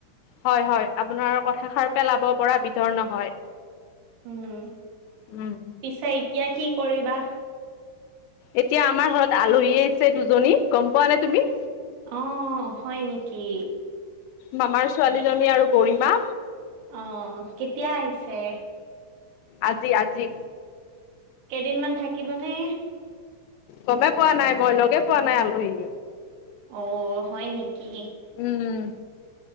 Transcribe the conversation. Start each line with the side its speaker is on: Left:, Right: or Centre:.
Left: হয় হয়, আপোনাৰ কথাষাৰ পেলাব পৰা বিধৰ নহয়।
Right: উম।
Left: উম।
Right: পিছে এতিয়া কি কৰিবা?
Left: এতিয়া আমাৰ ঘৰত আলহী অহিছে দুজনী গম পোৱানে তুমি?
Right: অ', হয় নেকি?
Left: মামাৰ ছোৱালীজনী
Right: কি
Left: আৰু গৰিমা।
Right: অ', কেতিয়া আহিছে?
Left: আজি আজি।
Right: কেইদিনমান থাকিব নে?
Left: গমে পোৱা নাই মই লগে পোৱা নাই আলহী।
Right: অ', হয় নেকি?
Left: উম।